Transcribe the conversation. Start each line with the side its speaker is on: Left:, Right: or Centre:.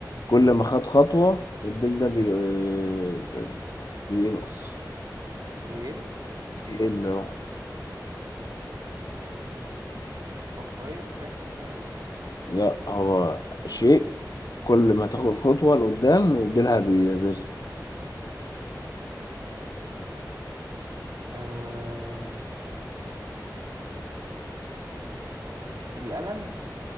Left: كل ما خد خطوة الديل ده بي... آه، بينقص
Right: بيقل
Left: بيقل اهو
Right: بطارية الشاحن يعني ولا ايه
Left: لا هو شيء كل ما تاخد خطوة لقدام ديلها بي- بيصغر
Right: آه... القلم